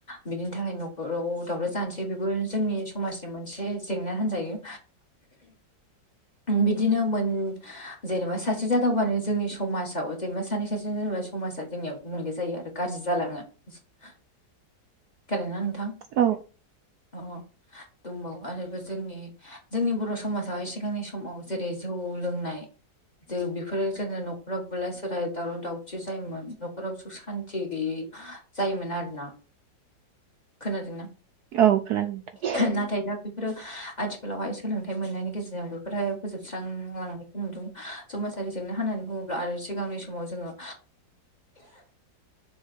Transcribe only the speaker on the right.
औ
औ खोनादों नोंथां